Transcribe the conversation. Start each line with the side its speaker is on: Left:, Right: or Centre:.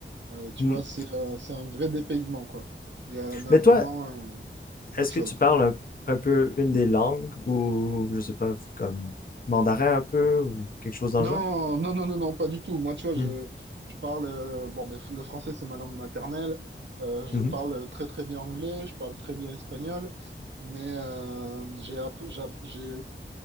Right: Euh, tu
Left: Mm.
Right: vois, c'est euh, c'est un vrai dépaysement, quoi. Il y en a
Left: Mais
Right: vraiment
Left: toi,
Right: euh, autre
Left: est-ce
Right: chose,
Left: que tu
Right: quoi.
Left: parles un, un peu une des langues ou, je sais pas, comme mandarin un peu ou quelque chose dans
Right: Non,
Left: le genre?
Right: non, non, non, non, pas du tout. Moi, tu vois,
Left: hmm
Right: je, je parle... euh, bon, mais f- le français, c'est ma langue maternelle. Euh, je
Left: Mmh
Right: parle
Left: mh.
Right: très, très bien anglais. Je parle très bien espagnol. Mais euh, j'ai app- j'ai app- j'ai